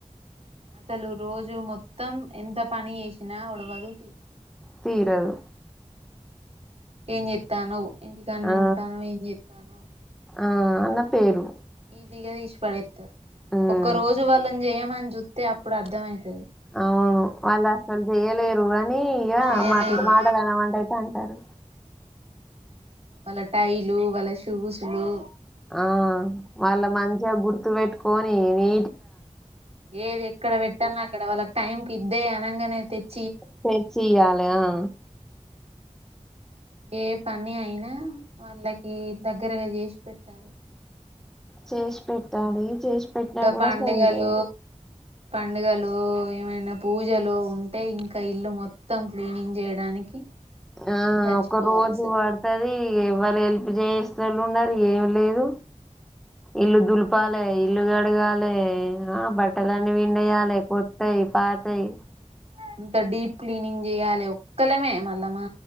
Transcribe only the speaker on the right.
అసలు రోజు మొత్తం ఎంత పని చేేసినా ఒడువదు
ఏం చెత్తానవ్ ఇంటికాన్నే
ఉంటానవు ఏం చేత్తన్నవ్
ఈజీ గా తీసి పడేస్తారు
ఒక్క రోజు వాళ్ళ చేయమని చూస్తే అప్పుడు అర్థం అవుతది
చేయలేరు
వాళ్ళ టైలు వాళ్ళ షూస్లు
ఏది ఎక్కడ పెట్టాన్నే అక్కడ వాళ్ళకి టైంకి ఇద్దే అనగానే తెచ్చి
ఏ పని అయినా వాళ్ళకి దగ్గరగా చేసి పెట్టాలి
ఇంకా
పండుగలు
పండుగలు ఏమైనా పూజలు ఉంటే ఇంకా ఇల్లు మొత్తం క్లీనింగ్ చేయడానికి మనం
చచ్చిపోవాలి
అసలు
అంత డీప్ క్లీనింగ్ చేయ్యాలి ఒక్కళమే మళ్ళా మా